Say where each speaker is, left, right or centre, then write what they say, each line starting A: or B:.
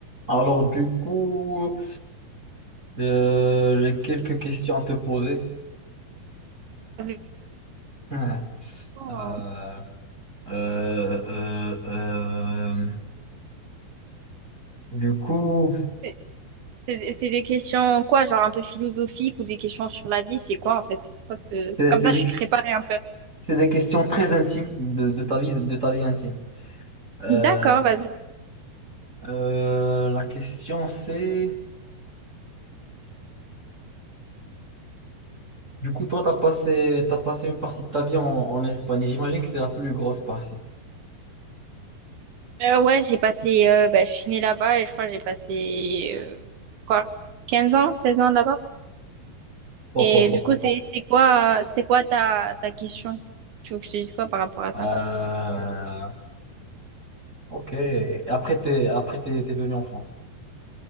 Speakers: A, on the right; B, on the right.
A: Alors du coup, euh, j'ai quelques questions à te poser.
B: avec-
A: <laughs>
B: Oh.
A: Euh, euh, euh, euh, du coup,
B: C'est c'est- c'est des questions quoi, genre un peu philosophiques ou des questions sur la vie, c'est quoi en fait? C'est quoi ce-
A: c'est
B: Comme
A: c'est
B: ça,
A: des,
B: je suis préparée un peu.
A: c'est des questions très intimes de, de ta vie, de ta vie intime. Euh,
B: D'accord, vas-y.
A: euh, la question c'est, du coup, toi, tu as passé, t'as passé une partie de ta vie en, en Espagne. J'imagine que c'est la plus grosse partie.
B: Euh, ouais, j'ai passé, euh, bah, je suis née là-bas et je crois que j'ai passé euh, quoi, 15 ans, 16 ans là-bas.
A: Pop,
B: Et
A: pop, pop,
B: du coup,
A: pop,
B: c'est
A: pop.
B: c'est quoi, c'était quoi ta, ta question? Tu veux que je te dise quoi par rapport à ça?
A: Euh, ok. Et après, t'es, après, t'es, t'es venu en France.